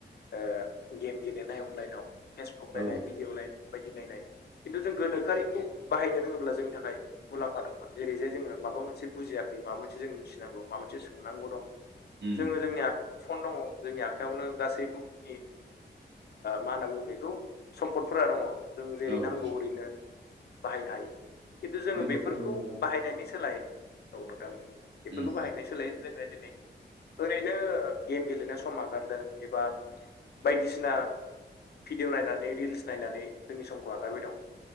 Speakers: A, on the left; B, on the right.
A: ओ गेम गेलेनाय अनलाइनाव फेसबुक
B: औ
A: नायनाय भिडिअ नाय बायदि नायनाय। खिन्थु जों गोनोखोआरिखौ बाहायनो रोङोब्ला जोंनि थाखाय मुलाम्फा दंमोन जेरैहाय जोङो माबा मोनसे बुजियाखै माबा मोनसे जों मिथिनांगौ माबा मोनसे सोंनांगौ दं।
B: उम
A: जोङो जोंनि आख फन दं जोंनि आखाइयावनो गासैबो, ओ मा होनना बुङो बेखौ सम्फदफोरा दङ'। जों जेरै
B: औ
A: नांगौ
B: औ
A: ओरैनो बाहायनो हायो। खिन्थु जोङो
B: नंगौ
A: बेफोरखौ
B: थारैनो नोंथां
A: बाहायनायनि सोलाय औ नोंथां बेफोरखौ
B: उम
A: बाहायनाय। सोलायै जोङो दिनै ओरैनो गेम गेलेनो सम आगारदों एबा बायदिसिना भिडिअ' नायनानै रिल्स नायनानै जोंनि समखौ आगारबाय दं।